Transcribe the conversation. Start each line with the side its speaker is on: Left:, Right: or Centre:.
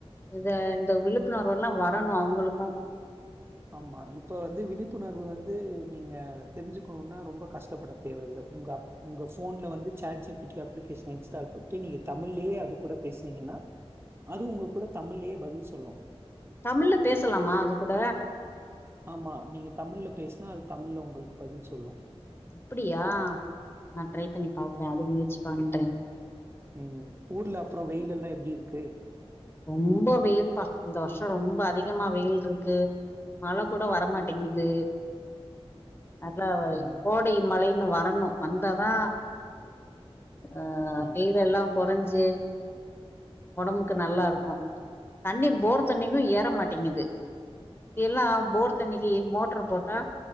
Left: இத இந்த விழிப்புணர்வுல்லா வரணு அவுங்களுக்கு
Right: ஆமா இப்ப வந்து விழிப்புணர்வு வந்து நீங்க தெரிஞ்சிக்கணும்னா ரொம்ப கஷ்டப்பட்ட தேவ இல்ல உங்க உங்க ஃபோன்ல வந்து chat G P T application install பண்ணிட்டு நீங்க தமிழ்லயே அது கூட பேசுனீங்கன்னா அது உங்க கூட தமிழ்லேயே பதில் சொல்லு
Left: தமிழ்ல பேசலாமா அது கூட
Right: ஆமா நீங்க தமிழ்ல பேசினா அது தமிழ்ல உங்களுக்கு பதில் சொல்லு
Left: அப்புடியா நா ட்ரை பண்ணி பாக்குறே அது முயற்சி பண்றே
Right: ம் ஊர்ல அப்றோ வெயில் எல்லா எப்டி இருக்கு
Left: ரொம்ப வெயில்பா இந்த வருஷௌ ரொம்ப அதிகமா வெயில்ருக்கு மழ கூட வரமாட்டேங்குது நல்லா
Right: ம்.
Left: கோடை மழையின்னு வரணு வந்தாத தா ஆ
Right: ம்.
Left: வெயில் எல்லா கொறஞ்சி ஒடம்புக்கு நல்லா
Right: ம்.
Left: இருக் தண்ணி போர் தண்ணிங்களு ஏற மாட்டேங்குது முந்தி எல்லா போர் தண்ணிக்கு மோட்டர் போட்டா